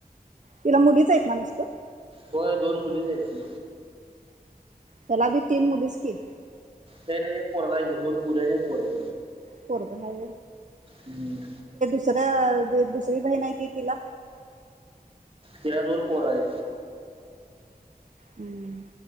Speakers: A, on the right (about 50°); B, on the right (about 35°).
A: तिला मुलीच आहेत ना नुसतं
B: होय दोन मुलीच आहेत ती
A: चलाभी तीन मुलीस की
B: काही नाही एक पोरगायचे दोन पुरी आणि एक पोरग
A: पुरग हा
B: हम्म
A: दुसऱ्या दुसरी बाही नाहीती तिला
B: तिरा दन पोर आहे.
A: हम्म